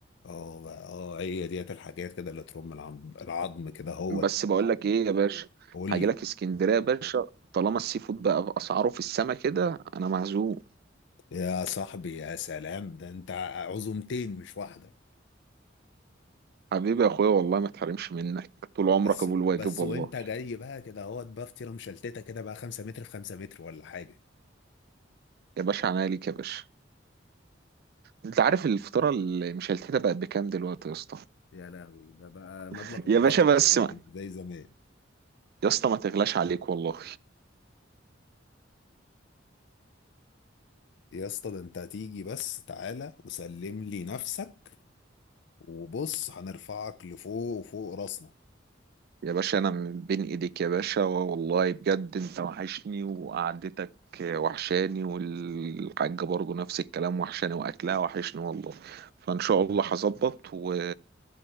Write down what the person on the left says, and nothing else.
اه بقى اه هي ديت الحاجات كده اللي ترم العظم العظم كده هوت
قول
لي
يا صاحبي يا سلام ده انت عزومتين مش واحده
بس
بس
وانت جاي بقى كده هوت بقى فطيره مشلتته كده بقى 5 متر في 5 متر ولا حاجه
يا لهوي ده بقى مبلغ
وقدره
دلوقتي
مش زي زمان
يا اسطى ده انت هتيجي بس تعالى وسلم لي نفسك وبص هنرفعك لفوق وفوق راسنا